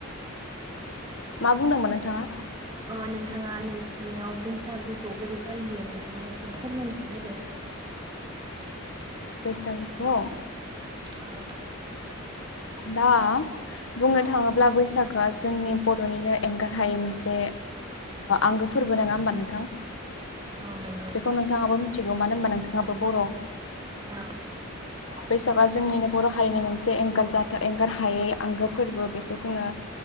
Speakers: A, on the left; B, on the right.
A: मा बुंदोंमोन नोंथाङा?
B: अ नोंथाङा नोंसोरनियाव बैसागुखौ बोरै फालियो नोंथाङा एसे फोरमायनानै होदो।
A: बैसागुखौ
B: औ
A: दा बुंनो थाङोब्ला बैसागोआ जोंनि बर'नि नों एंगारहायै मोनसे आंगो फोरबो नङा होमबा नोंथां।
B: औ नंगौ
A: बेखौ नोंथाङाबो मिथिगौ। मानो होनोमबा नोंथाङाबो बर'।
B: औ
A: बैसागुआ जोंनिनो बर'हारिनि मोनसे एंगारज एंगार हायै आंगो फोरबो बेखौ जोङो